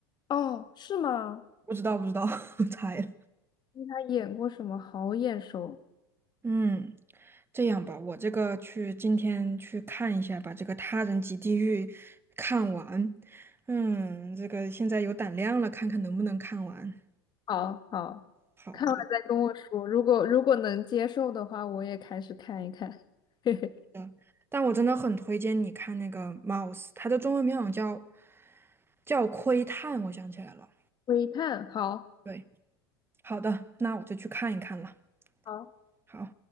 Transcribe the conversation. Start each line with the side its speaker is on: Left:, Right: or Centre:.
Left: 哦，是吗？
Right: 不知道，不知道，<laughs> 猜了。
Left: 他演过什么？好眼熟。
Right: 嗯，这样吧，我这个去今天去看一下，把这个《他人及地狱》看完。嗯，这个现在有胆量了，看看能不能看完。
Left: 好好，
Right: 好
Left: 看完再跟我说。如果如果能接受的话，我也开始看一看。<laughs> 嘿嘿，
Right: 的，但我真的很推荐你看那个《Mouse》，它的中文名好像叫叫窥探，我想起来了。
Left: 微探，好
Right: 对。好的，那我就去看一看了。
Left: 好。
Right: 好。